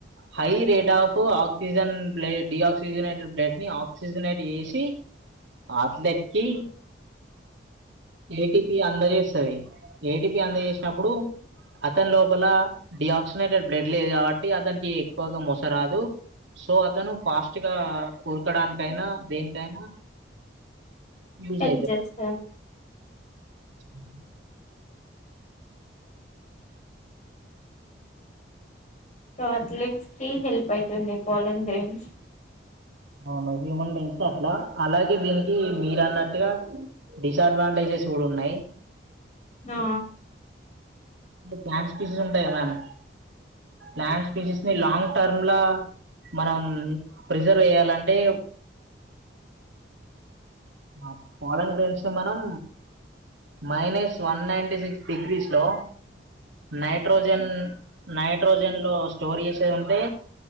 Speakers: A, on the right; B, on the left.
A: హై రేట్ ఆఫ్ ఆక్సిజన్ బ్ల డిఆక్సిజనేటెడ్ బ్లడ్ ని ఆక్సిజనేట్ చేసి అథ్లెట్ కీ ఏటిపి అందజేస్తుంది ఏటీపి అందజేసినప్పుడు అతని లోపల డియాక్సినేటెడ్ బ్లడ్ లేదు కాబట్టి అతనికి ఎక్కువగా మోస రాదు సో అతను ఫాస్ట్ గా కూరకడానికైనా దేనికైనా యూజ్
B: హల్ప్ జేస్త
A: అవు
B: సో అథ్లెట్స్ కి హెల్ప్ అవుతుంది బౌలింగ్ గేమ్స్
A: అవును హ్యూమన్ పెెస్న్ అట్లా అలాగే దీనికి మీరు అన్నట్టుగా డిసడ్వాంటేజెస్ కూడా ఉన్నాయి్
B: ఆ
A: ప్యాంస్ పీసెస్ ఉంటాయి కద మ్యామ్ ల్యాండ్ స్పీచెస్ ని లాంగ్ టర్మ్ లా మనం ప్రిజర్వ్ వయాలంటే ఆ పాలంగ్రంచి మనం minus one ninety six degrees లో నైట్రోజన్ నైట్రోజన్ లో స్టోర్ చేసేది ఉంటే